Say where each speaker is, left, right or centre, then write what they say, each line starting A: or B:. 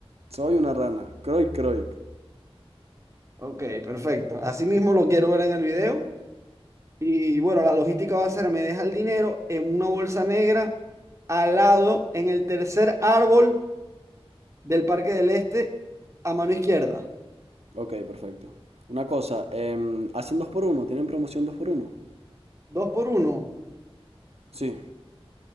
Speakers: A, on the right; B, on the right.
A: soy una rana, croy croic.
B: Ok, perfecto. Así mismo lo quiero ver en el video. Y bueno, la logística va a ser, me deja el dinero en una bolsa negra al lado, en el tercer árbol del Parque del Este, a mano izquierda.
A: Ok, perfecto. Una cosa, em, ¿hacen dos por uno? ¿Tienen promoción dos por uno?
B: Dos por uno.
A: Sí.